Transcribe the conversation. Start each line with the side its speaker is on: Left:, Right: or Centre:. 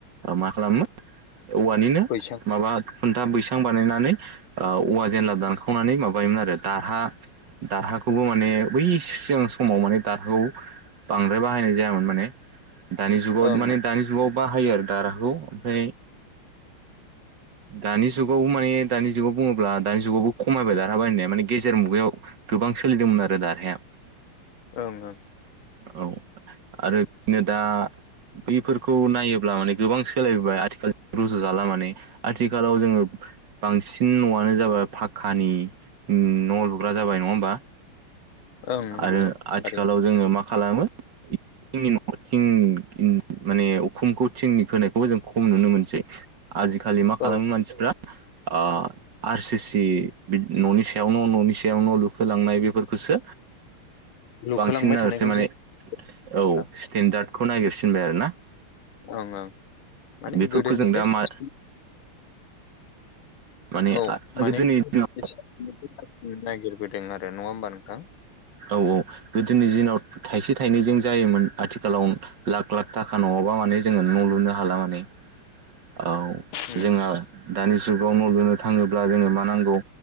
Right: मा खालामो औवानिनो
Left: बैसां
Right: माबा खुन्था बैसां बानायनानै औवा ओ जेनला दानखावनानै माबायोमोन आरो दारहा दारहाखौबो माने बै सिगां समाव माने दारहाखौ बांद्राय बाहायनाय जायामोन माने दानि जुगाव
Left: ओं
Right: माने दानि जुगाव बाहायो आरो दाराखौ ओमफ्राय दानि जुगाव माने दानि जुगाव बुङोब्ला दानि जुगावबो खमायबाय देरहाबाय होननाया माने गेजेर मुगायाव गोबां सोलिदोंमोन आरो दाहराया
Left: ओं ओं
Right: औ आरो बिदिनो दा बैफोरखौ नायोब्ला माने गोबां सोलायबोबाय आथिखाल जों रुजु जाला माने आथिखालाव जोङो बांसिन सिन न'आनो जाबाय फाखाखानि न' लुग्रा जाबाय नङा होमबा
Left: ओं नंगौ
Right: आरो आथिखालाव
Left: थारैनो
Right: जोङो मा खालामो थिंनि न' <unintelligible> थिं माने उखुमखौ थिंनि खोनायखौबो जों खम नुनो मोनसै आजिखालि मा खालामो
Left: औ
Right: मानसिफ्रा आ आर सि सि न'नि सायाव न' न'नि सायाव न' लुफोलांनाय बेफोरखौसो
Left: लुखोलांबाय
Right: बांसिन नागिरसै
Left: थानायखौ
Right: माने
Left: जों नोंथां
Right: औ स्टेेनडार्दखौ नागिरसिनबाय आरो ना
Left: ओं ओं माने
Right: बेफोरखौ
Left: गोदोनिफ्राय
Right: जों दा
Left: साबसिन
Right: मा माने
Left: औ माने
Right: गोदोनि दिनाव
Left: <unintelligible> नागिरबोदों आरो नङा होमबा नोंथां
Right: औ औ गोदोनि दिनाव थाइसे थाइनैजों जायोमोन आथिखालाव लाख लाख थाखा नङाबा माने जोङो न' लुनो हाला माने औ
Left: उम
Right: जोंहा दानि जुगाव न' लुनो थाङोब्ला जोङो मा नांगौ